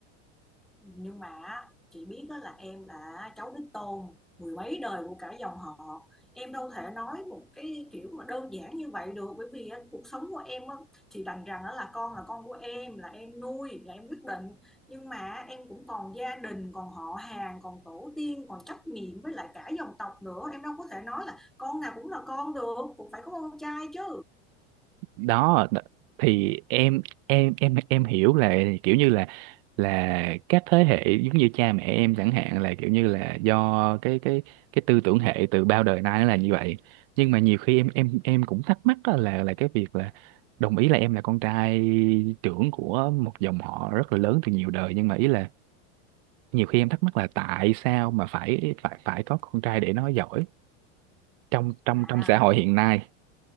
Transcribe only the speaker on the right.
đó đ- thì em em em em hiểu là kiểu như là là các thế hệ giống như cha mẹ em chẳng hạn là kiểu như là do cái cái cái tư tưởng hệ từ bao đời nay nó là như vậy nhưng mà nhiều khi em em em cũng thắc mắc á là là cái việc là đồng ý là em là con trai trưởng của một dòng họ rất là lớn từ nhiều đời nhưng mà ý là nhiều khi em thắc mắc là tại sao mà phải phải phải có con trai để nó giỏi trong trong
trong xã hội hiện nay